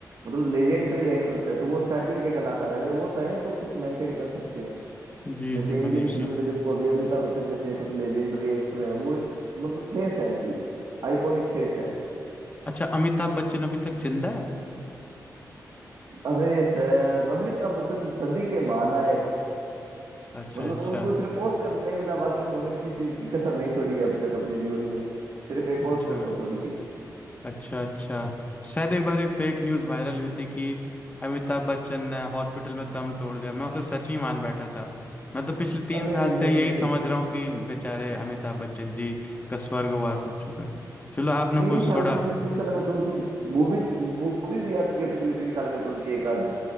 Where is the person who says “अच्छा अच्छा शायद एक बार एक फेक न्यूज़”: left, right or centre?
Left